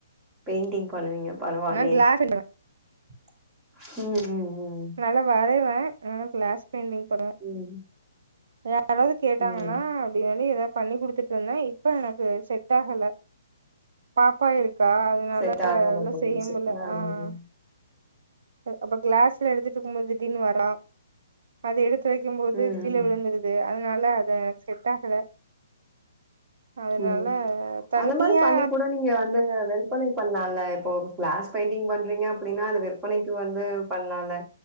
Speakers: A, on the right; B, on the right.
A: பெயிண்டிங் பண்ணுவீங்க பரவாலயே
B: நா கிளாஸ் பண்ணுவே
A: ம் ம் ம்
B: நல்லா வரைவ நல்லா கிளாஸ் பெயிண்டிங் பனுவ
A: ம்.
B: யாராவது கேட்டாங்கனா
A: ம். ம்.
B: அப்டி சொல்லி எதா பண்ணி குடுத்துட்ருந்த இப்ப எனக்கு செட் ஆஹல பாப்பா இருக்கா அதனால
A: செட் ஆகாம
B: அதல்லா
A: போயிருச்சு.
B: செய்யமுல்ல
A: அ,
B: ஆஹ்
A: ம்.
B: அப்ப கிளாஸ்ல எடுத்துட்ருக்கும்போ திடீர்னு வரா அத எடுத்து வெக்கும் போது
A: ம்,
B: கீழ
A: ம்.
B: விழுந்துரு து அதுனால அத செட்டாஹல அதுனால
A: ம்
B: தனியா
A: அந்த மாரி பண்ணி கூட நீங்க வந்து விற்பனை பண்ணலால இப்போ கிளாஸ் பெயிண்டிங் பண்றீங்க அப்டின்னா அது விற்பனைக்கு வந்து பண்லால